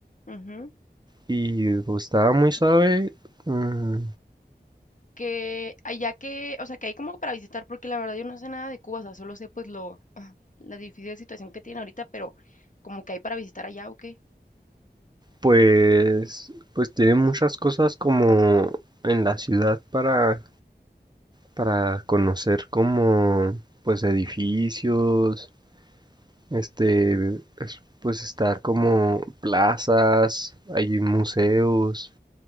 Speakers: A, on the left; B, on the right.
A: Ujú.
B: y pues, estaba muy suave. mm,
A: Que allá que, o sea, que hay como para visitar, porque la verdad yo no sé nada de Cuba, o sea, solo sé pues lo, <laughs> ah, la difícil situación que tiene ahorita, pero como que hay para visitar allá, ¿o qué?
B: Pues, pues tiene muchas cosas como en la ciudad para, para conocer como pues edificios Este, es- pues está como plazas, hay museos,